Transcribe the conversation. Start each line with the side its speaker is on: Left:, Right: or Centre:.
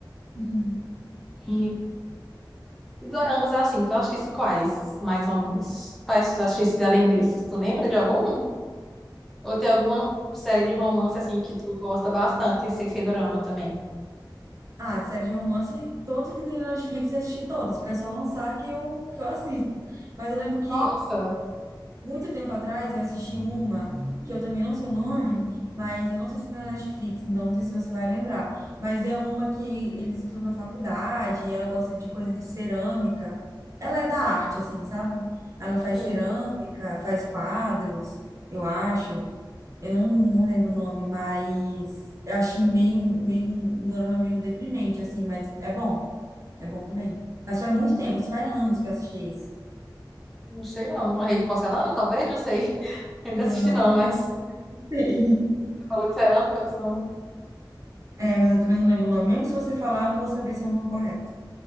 Right: <laughs>
Centre: E, e doramas assim, tu assistisse quais, mais ou menos? Quais tu assistisse além desses? Tu lembra de algum? Ou tem alguma série de romance assim que tu gosta bastante, sem ser dorama também?
Right: Ah, série de romance, todos que tem na Netflix eu assisti todas, porque é só lançar que eu, que eu assisto. Mas eu lembro que
Centre: Nossa,
Right: muito tempo atrás eu assisti uma, que eu também não sei o nome, mas eu não sei se é na Netflix, então não sei se você vai lembrar. Mas é uma que eles estudam na faculdade, e ela gosta de coisa de cerâmica. Ela é da arte, assim, sabe? Ela faz
Centre: sim.
Right: cerâmica, faz quadros, eu acho. Eu não, não lembro o nome, mas eu achei meio, meio um um dorama meio deprimente, assim, mas é bom, é bom também. Mas faz muito tempo, isso faz anos que eu assisti esse.
Centre: Não sei não. A Rede de Porcelana, talvez? Não sei. <laughs> Eu nunca
Right: Não.
Centre: assisti não, mas...
Right: Sim.
Centre: Tu falou de cerâmica, são...
Right: É, mas eu também não lembro o nome. Mesmo se você falar, eu não vou saber se é o nome correto.